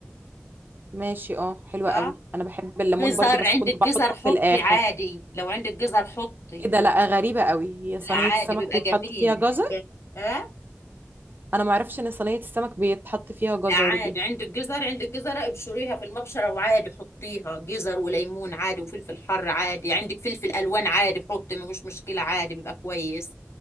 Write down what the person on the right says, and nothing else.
ماشي اه حلوة
قوي انا بحب الليمون
برضو بس
كنت
بحطه
في الاخر
ايه ده لا غريبة قوي هي
صينية
السمك
بيتحط
فيها جزر
انا ما اعرفش ان صينية السمك بيتحط فيها جزر
دي